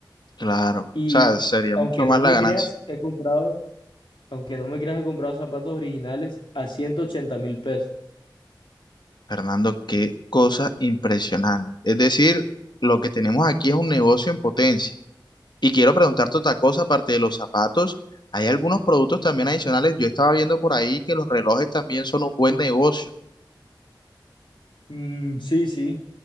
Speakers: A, on the left; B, on the left.
A: Claro. O
B: Y
A: sea, sería
B: aunque
A: mucho más
B: no
A: la
B: me
A: ganancia.
B: creas, he comprado, aunque no me creas, he comprado zapatos originales a ciento ochenta mil pesos.
A: Fernando, qué cosa impresionante. Es decir, lo que tenemos aquí es un negocio en potencia. Y quiero preguntarte otra cosa, aparte de los zapatos, hay algunos productos también adicionales. Yo estaba viendo por ahí que los relojes también son un buen negocio.
B: Mm, sí, sí.